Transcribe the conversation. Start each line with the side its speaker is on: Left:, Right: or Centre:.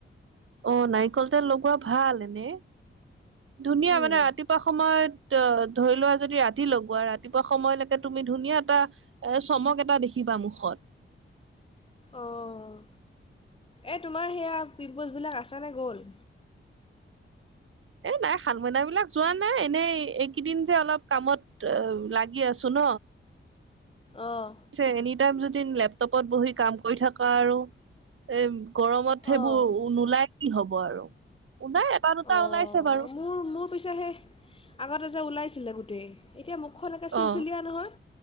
Right: অ নাৰিকল তেল লগোৱা ভাল এনেই। ধুনীয়া
Left: উম।
Right: মানে ৰাতিপুৱা সময়ত অ ধৰি লোৱা যদি ৰাতি ৰাতি লগোৱা ৰাতিপুৱা সময়লৈকে তুমি ধুনীয়া এটা এ চমক এটা দেখিবা মুখত
Left: অঁ এই তোমাৰ সেয়া পিম্পলছবিলাক আছ নে গ'ল?
Right: এ নাই হাল মইনা বিলাক যোৱা নাই এনেই এই কেইদিন যে অলপ কামত অ লাগি আছো ন।
Left: অঁ।
Right: ছে এনি টাইম যদি লেপটপত বহি কাম কৰি থকা আৰু এ গৰমত সেইবোৰ
Left: অঁ,
Right: নোলাই কি হ'ব আৰু। <inaudible> ওলাই এটা দুটা
Left: অঁ
Right: ওলাইছে বাৰু।
Left: মোৰ মোৰ পিছে সেই আগতে ওলাইছিলে গোটেই এতিয়া মোক খন এনেকে চিলচিলীয়া
Right: অ
Left: নহয়।